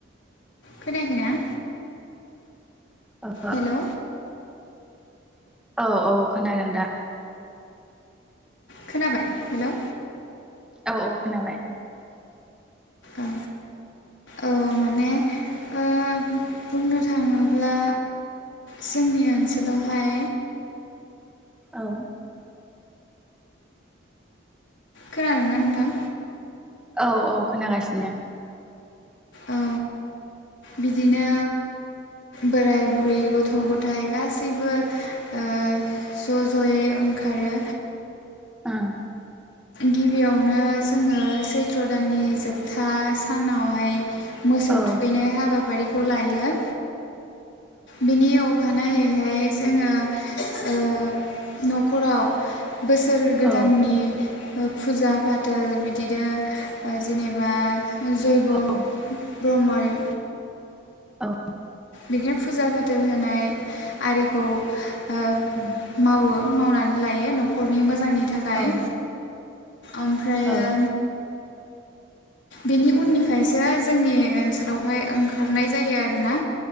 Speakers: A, on the left; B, in the centre.
A: खोनायाखैना?
B: <unintelligible>
A: हेलौ
B: औ औ खोनादों दा?
A: खोनाबाय हेल'?
B: औ औ खोनाबाय।
A: औ औ माने ओ बुंनो थांङोब्ला जोंनि ओनसोलावहाय
B: औ
A: खोनादोंना नोंथां?
B: औ औ खोनागासिनो।
A: ओ बिदिनो बोराय बुरै गथ' गथायाइ गासैबो ओ ज' ज'यै ओं आरो
B: उम्म
A: गिबियावनो जोङो सैथ्र' दाननि जोबथा सानावहाय मोसौ
B: ओं औ
A: थुखैनाय हाबाफारि। खौ लायो। बिनि अखानायैहाय जोङो ओ। न'खराव बोसोर गोदाननि
B: ओ औ
A: ओ फुजा फाथाल बिदिनो ओ जेनेबा। जैग'
B: औ
A: ब्रह्महारि।
B: औ।
A: बिदिनो फुजा फाथाल होनाय आरिखौ ओ
B: उम
A: मावो मावनानै लायो न'खरनि मोजांनि। नि थाखाय
B: औ
A: ओमफ्राय
B: औ
A: ओ। बेनि उननिफ्रायसो जोंनि ओनसोलावहाय ओंखारनाय जायो आरो ना